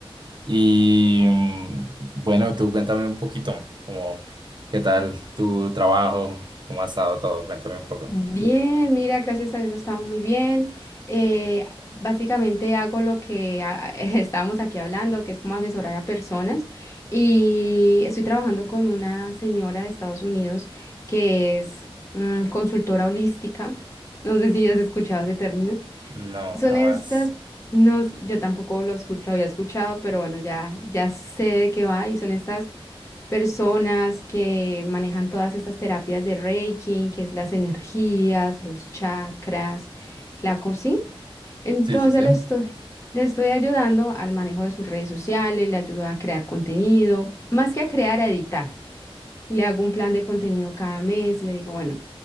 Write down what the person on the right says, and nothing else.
Y mm, bueno, tú cuéntame un poquito, como, ¿qué tal tu trabajo? ¿Cómo ha estado todo? Cuéntame un poco.
No,
jamás.
Sí, sí, sí.